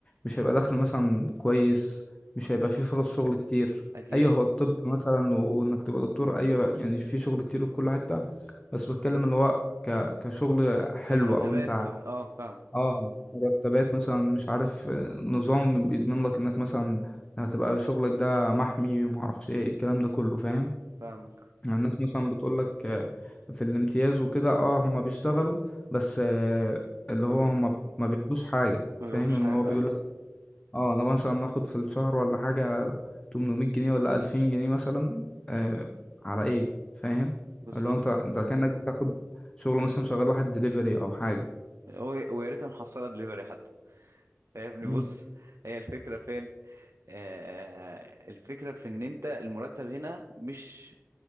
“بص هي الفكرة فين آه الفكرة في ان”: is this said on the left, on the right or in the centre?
Right